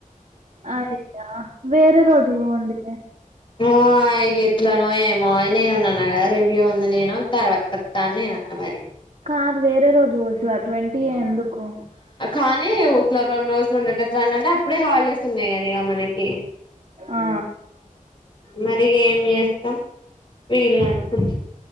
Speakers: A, on the right (about 50°); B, on the left (about 35°).
A: అయిందా వేరే రోజు పోండి
B: హు ఇగ ఎట్లానోయేమో నేనుండి అన్న కదా రివ్యూ ఉంది నేను అని తర్వాత్ వత్తా అని నేనన్న మరి
A: కాదు వేరే రోజు పోవచ్చు గా ట్వంటీ ఎ దుకు
B: వని వ రేండు రోజులు ఉండేటట్టు రాండంటే ఇప్పుడే హాలిడేస్ ఉన్నాయా మనకి
A: ఆ
B: మరి నేస్తం వేలినానప్పుడు